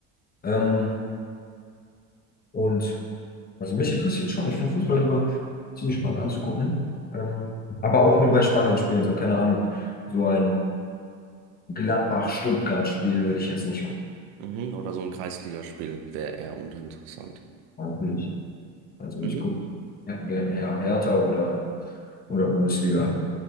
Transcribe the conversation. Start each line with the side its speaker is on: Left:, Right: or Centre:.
Left: Ähm, und also mich interessiert schon. Ich finde Fußball immer ziemlich spannend anzugucken. Ähm, aber auch nur bei spannenden Spielen, so keine Ahnung. So ein Gladbach-Stuttgart-Spiel würde ich jetzt nicht gucken.
Right: Mhm. Oder so ein Kreisligaspiel wäre eher uninteressant.
Left: Natürlich. Also ich
Right: Mhm.
Left: gucke ja, ja, ja, Hertha oder, oder Bundesliga.